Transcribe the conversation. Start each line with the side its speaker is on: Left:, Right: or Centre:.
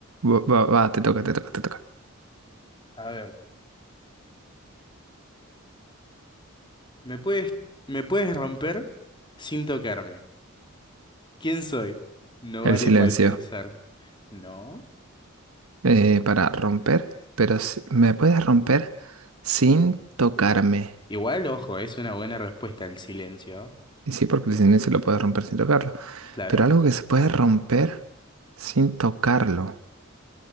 Right: Va, va- va, te toca, te toca, te toca.
Left: A ver, me puedes, me puedes romper sin tocarme. ¿Quién soy? No
Right: El
Left: vale
Right: silencio.
Left: mal pensar. No.
Right: eh, para romper, pero si- me puedes romper sin tocarme.
Left: Igual, ojo, es una buena respuesta el silencio,
Right: Y sí, porque el silencio lo puedes romper sin tocarlo.
Left: claro.
Right: Pero algo que se puede romper sin tocarlo.